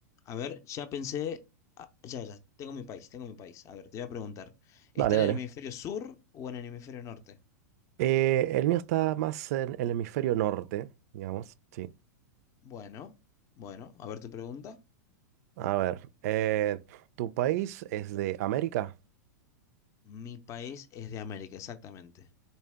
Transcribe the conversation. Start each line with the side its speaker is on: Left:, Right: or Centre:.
Left: A ver, ya pensé, ah, ya, ya, tengo mi país, tengo mi país. A ver, te voy a preguntar, ¿está
Right: Dale, dale.
Left: en el hemisferio sur o en el hemisferio norte?
Right: Eh, el mío está más en el hemisferio norte, digamos, sí.
Left: Bueno, bueno, a ver tu pregunta.
Right: A ver, eh, ¿tu país es de América?
Left: Mi país es de América, exactamente.